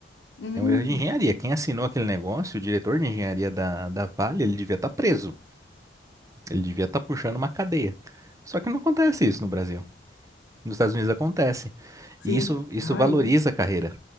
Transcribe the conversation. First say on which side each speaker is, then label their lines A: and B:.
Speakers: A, on the left; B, on the right.
A: hum,
B: É um erro de engenharia. Quem assinou aquele negócio, o diretor de engenharia da, da Vale, ele devia estar preso. Ele devia estar puxando uma cadeia. Só que não acontece isso no Brasil. Nos Estados Unidos acontece.
A: sim.
B: E isso, isso
A: Ah,
B: valoriza
A: é,
B: a carreira.